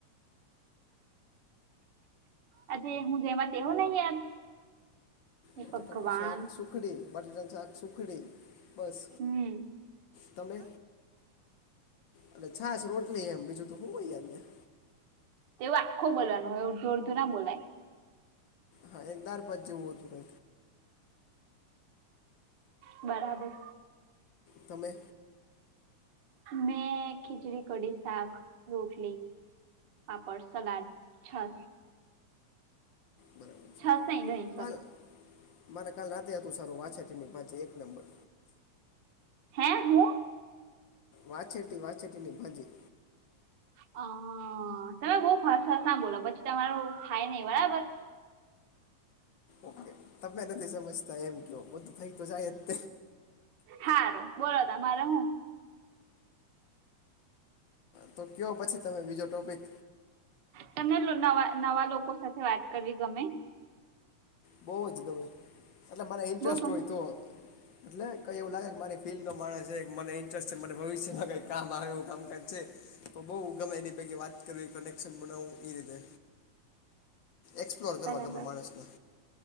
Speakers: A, on the right; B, on the left.
A: આજે હું જેમાં તેવો નહી યાર હે
B: બટટાનું
A: ભગવાન
B: શાક સુખડી, બટાટાનું શાક સુખડી બસ
A: હમ‌.
B: તમે અને છાછ રોટલી એમ બીજું તો શું હોય ત્યા
A: તેવું આખો બોવાનું હોય અરધું અડધું ના બોલાય.
B: હા એકદાર પંજવું તરે
A: બરાબર
B: તમે
A: મેં ખીચડી કડી સાક રોટલી પાપડ સલાદ છ
B: બરાબર છે
A: છ સા નહી સોરી
B: કાલ મારે કાલ રાતે હતું સારું વાછ તેની પાજે એક નંબર
A: હે હું
B: વાછેટી વાચેટીની ભાજી
A: હ તમે બહ ફસસ ના બોલો પછી તમારું થાય નહિ બરાબર
B: ઓકે તમે નથી સમજતા એમ કયો બધું થઈ તો જાય જ
A: હારું બોલો ત મારા હું
B: તો કહો પછી તમે બીજો ટોપિક
A: તમને નવા નવા લોકો સાથે વાત કરી ગમે
B: બહુ જ ગમે એટલે મને ઇન્ટરેસ્ટ
A: બહુ ગમે
B: હોય તો એટલે કંઈ એવું લાગે કે મારી ફિલ્ડનો માણસ છે કે મને ઇન્ટરેસ્ટ છે મને ભવિ્યમાં કંઈ કામ આવે એવું કામકાજ છે તો બઉ ગમે એની પૈકી વાત કરવી કનેક્શન બનાવવું એ રીતે એક્સપ્લોર કરવા
A: બરાબર
B: ગરે માણસને